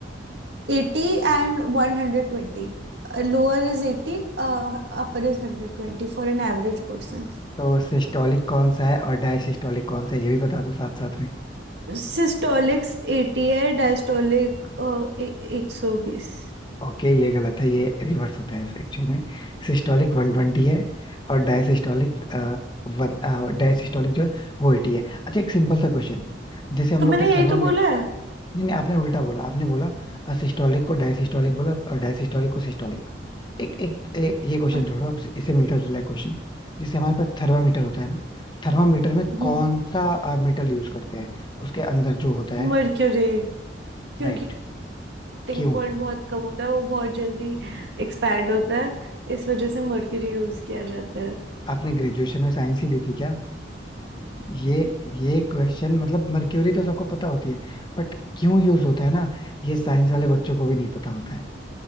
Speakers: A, on the right; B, on the left.
A: Eighty and one hundred twenty Lower is eighty upper is hundred twenty for an average person
B: तो सिस्टोलिक कौन सा है और डायसिस्टोलिक कौन सा है ये भी बता दो साथ साथ में
A: Systolic eighty है डायस्टोलिक एक सौ बीस
B: ओके ये गलत है ये रिवर्स होता है एक्चुअल में सिस्टोलिक वन ट्वेंटी है और डायसिस्टोलिक वन डायसिस्टोलिक जो है वो एटी है अच्छा एक सिंपल सा क्वेश्चन जैसे हम
A: तो
B: लोग
A: मैंने
B: जो
A: यही
B: थर्मामीटर
A: तो बोला है
B: नहीं नहीं आपने उल्टा बोला आपने बोला सिस्टोलिक को डायसिस्टोलिक बोला और डायसिस्टोलिक को सिस्टोलिक एक एक, एक ये क्वेश्चन
A: हाँ।
B: छोड़ो आपसे इससे मिलता जुला क्वेश्चन जैसे हमारे पास थर्मामीटर होता है ना थर्मामीटर में
A: हम्म
B: कौन सा मेटल यूज करते हैं उसके अंदर जो होता है
A: मर्क्यूरी क्योंकि
B: राइट
A: मेल्टिंग
B: क्यों
A: पॉइंट बहुत कम होता है वो बहुत जल्दी एक्सपैंड होता है इस वजह से मर्क्यूरी यूज किया जाता है
B: आपने ग्रेजुएशन में साइंस ही ली थी क्या ये ये क्वेश्चन मतलब मर्क्यूरी तो सबको पता होती है बट क्यों यूज होता है ना ये साइंस वाले बच्चों को भी नहीं पता होता है